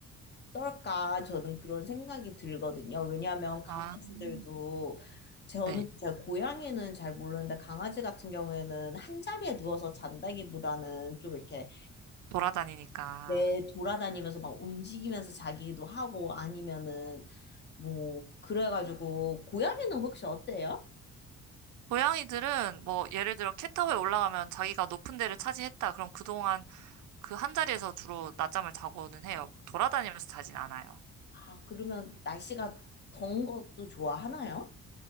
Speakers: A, on the left; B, on the right.
A: 떨까 저는 그런 생각이 들거든요. 왜냐하면 강아지들도
B: 아, 음.
A: 저는
B: 네.
A: 제 고양이는 잘 모르는데 강아지 같은 경우에는 한 자리에 누워서 잔다기보다는 좀 이렇게
B: 돌아다니니까.
A: 내 돌아다니면서 막 움직이면서 자기도 하고 아니면은 뭐 그래가지고 고양이는 혹시 어때요?
B: 고양이들은 뭐 예를 들어 캣타워에 올라가면 자기가 높은 데를 차지했다. 그럼 그동안 그 한 자리에서 주로 낮잠을 자고는 해요. 돌아다니면서 자진 않아요.
A: 아 그러면 날씨가 더운 것도 좋아하나요?